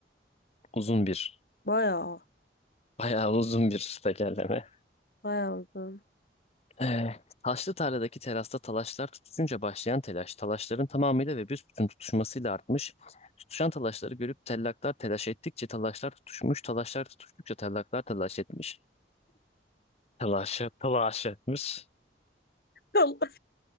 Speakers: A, on the left; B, on the left.
A: Uzun bir,
B: Bayağı
A: bayağı uzun bir tekerleme.
B: bayağı uzun.
A: Eh, Taşlı tarladaki terasta talaşlar tutuşunca başlayan telaş, talaşların tamamıyla ve büsbütün tutuşmasıyla artmış. Tutuşan talaşları görüp tellaklar telaş ettikçe talaşlar tutuşmuş, talaşlar tutuştukça tellaklar telaş etmiş. Telaş, telaş etmiş.
B: Allah.